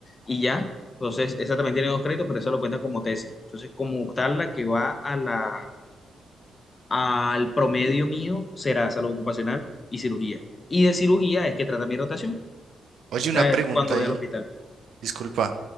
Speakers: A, on the left; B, on the right.
A: y ya. Entonces, esa también tiene dos créditos, pero esa lo cuenta como tesis. Entonces, como tal, la que va a la, al promedio mío será salud ocupacional y cirugía. Y de cirugía es que trata mi rotación,
B: Oye,
A: o
B: una
A: sea,
B: pregunta
A: cuando voy
B: ahí,
A: al hospital.
B: disculpa.